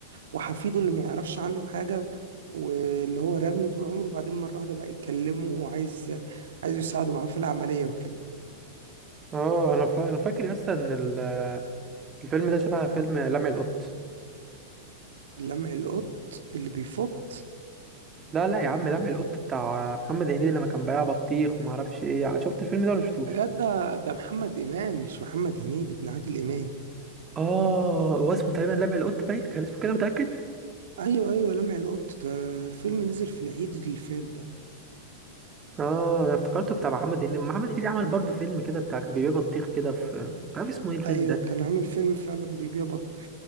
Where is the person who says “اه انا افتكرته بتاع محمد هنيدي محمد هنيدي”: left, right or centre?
Right